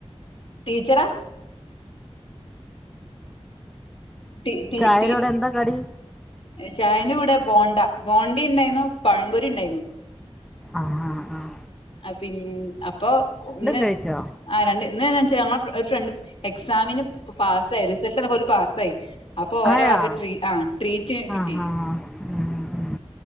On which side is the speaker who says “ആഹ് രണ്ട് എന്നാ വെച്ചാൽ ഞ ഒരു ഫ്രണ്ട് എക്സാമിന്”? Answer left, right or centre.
Left